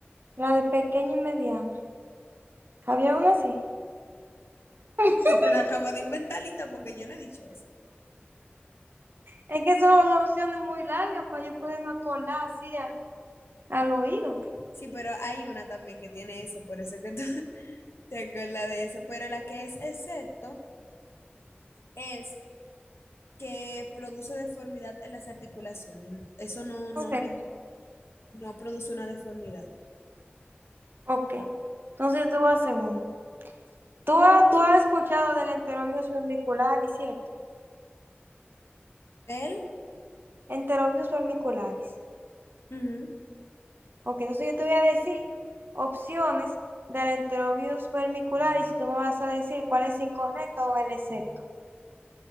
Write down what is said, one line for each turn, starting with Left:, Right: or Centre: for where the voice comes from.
Right: la de pequeño y mediano. ¿Había una así? <laughs>
Left: Tú te la acabas de inventar, Linda, porque yo no he dicho eso.
Right: Es que son opciones muy largas para yo poderme acordar así al, al oído.
Left: Sí, pero hay una también que tiene eso, por eso que tú... ¿Te acuerdas de eso? Pero la que es excepto es que produce deformidad en las articulaciones. Eso no, no,
Right: Ok,
Left: de- no produce una deformidad.
Right: ok. Entonces yo te voy a hacer una. Tú, ha- tú has escuchado del enterobius vermicularis, ¿cierto?
Left: Él,
Right: Enterobius vermicularis.
Left: ujú.
Right: Ok, entonces yo te voy a decir opciones del enterobius vermicularis y tú me vas a decir cuál es incorrecto o el excepto.